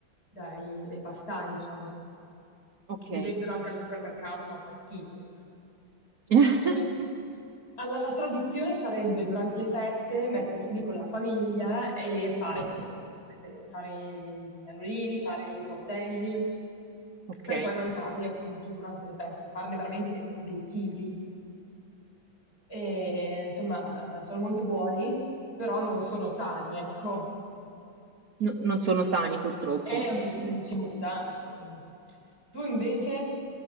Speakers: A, on the left; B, on the right.
A: dai, dai pastai, diciamo.
B: Ok,
A: Li vendono anche al supermercato, ma fan schifo.
B: <laughs>
A: Soli alla la tradizione sarebbe durante le feste mettersi lì con la famiglia e fare queste fare i nanolini, fare i tortelli,
B: ok.
A: per poi mangiarli appunto durante le feste, farne veramente dei chili. E, insomma, sono molto buoni, però non sono sani, ecco.
B: No- non sono sani purtroppo.
A: È un
B: Ok.
A: un cibo pesante, insomma. Tu invece,